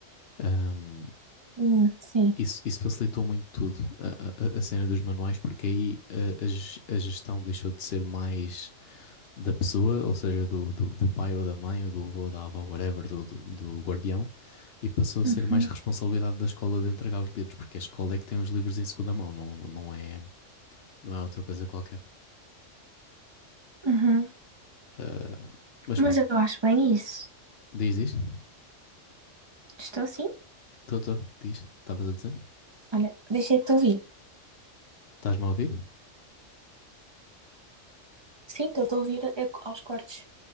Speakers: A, on the left; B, on the right.
A: Ahm,
B: Hum, sim.
A: Isso, isso facilitou muito tudo, a, a- a cena dos manuais, porque aí a, a ge- a gestão deixou de ser mais da pessoa, ou seja, do, do, do pai ou da mãe, ou do avô ou da avó, whatever, do, do, do guardião, e passou a
B: Uhum,
A: ser mais responsabilidade da escola de entregar os livros, porque a escola é que tem os livros em segunda mão, não, não é, não é outra coisa qualquer.
B: uhum.
A: Ah, mas
B: Mas
A: pronto,
B: eu acho bem isso.
A: diz isto,
B: Estou sim?
A: estou, estou, diz, estavas a dizer?
B: Olha, deixei-te ouvir.
A: Estás-me a ouvir?
B: Sim, estou a ouvir eh, aos cortes.